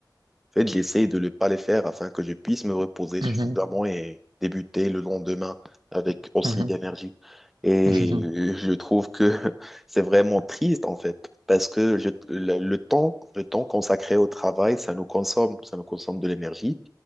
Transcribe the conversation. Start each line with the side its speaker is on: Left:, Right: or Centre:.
Centre: en fait, j'essaie de ne pas les faire afin que je puisse me reposer suffisamment
Right: Mhm,
Centre: et débuter le lendemain avec aussi
Right: mhm,
Centre: d'énergie. Et
Right: mhm.
Centre: euh,
Right: <laughs>
Centre: je trouve que <laughs> c'est vraiment triste, en fait, parce que je- le, le temps, le temps consacré au travail, ça nous consomme, ça nous consomme de l'énergie,